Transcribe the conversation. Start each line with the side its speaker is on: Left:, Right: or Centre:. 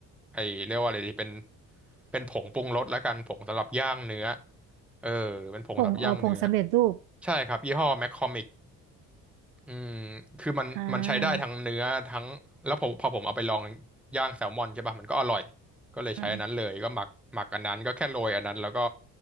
Centre: ไอเรียกว่าอะไรดีเป็นเป็นผงปรุงรสแล้วกันผงสำหรับย่างเนื้อเออเป็นผงสำหรับย่างเนื้อ
Right: ผงอ๋อผงสำเร็จรูป
Centre: ใช่ครับยี่ห้อแมคคอมิ อืมคือมันมันใช้ได้ทั้งเนื้อทั้งแล้วผมพอผมเอาไปลอง
Right: อ่า
Centre: ย่างแซลมอนใช่ป่ะมันก็อร่อยก็เลยใช้อันนั้นเลยก็หมักหมักอันนั้นก็แค่โรยอันนั้นแล้วก็
Right: อืม